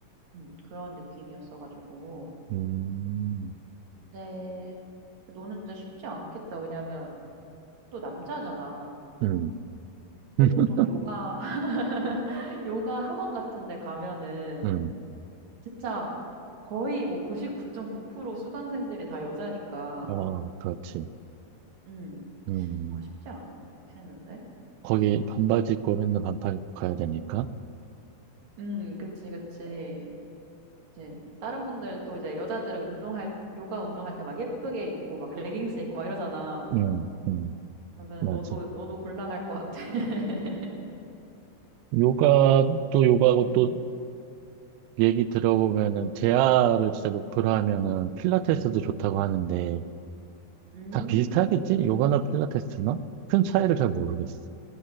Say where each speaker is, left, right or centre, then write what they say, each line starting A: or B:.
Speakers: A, on the right; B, on the right.
A: 음, 그런 느낌이었어가지고.
B: 음,
A: 근데 너는 진짜 쉽지 않겠다. 왜냐면 또 남자잖아.
B: 음,
A: 근데
B: <laughs>
A: 보통 요가, <laughs> 요가 학원 같은 데 가면은
B: 음.
A: 진짜 거의 뭐 99.9% 수강생들이 다 여자니까.
B: 어, 그렇지.
A: 음,
B: 음.
A: 아, 쉽지 않겠는데?
B: 거기 반바지 입고 맨날 반팔
A: 음,
B: 입고 가야 되니까.
A: 음, 그치, 그치. 이제 다른 분들 또 이제 여자들은 운동할 요가 운동할 때 막 예쁘게 입고 막 레깅스 입고 막 이러잖아.
B: 음, 음,
A: 그러면
B: 맞아.
A: 너도 너도 곤란할 것 같아. <laughs>
B: 요가도 요가고
A: 음.
B: 또 얘기 들어보면은 재아를 진짜 목표로 하면은 필라테스도 좋다고 하는데
A: 음.
B: 다 비슷하겠지? 요가나 필라테스나? 큰 차이를 잘 모르겠어.